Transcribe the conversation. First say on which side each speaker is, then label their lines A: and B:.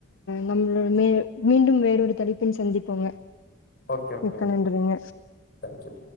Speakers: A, on the left (about 65°); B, on the left (about 45°).
A: நம்ள மே மீண்டும் வேறொரு தலைப்பில் சந்திப்போங்க
B: ஓகே ஓகே
A: மிக்க நன்றிங்க
B: தேங்க் யூ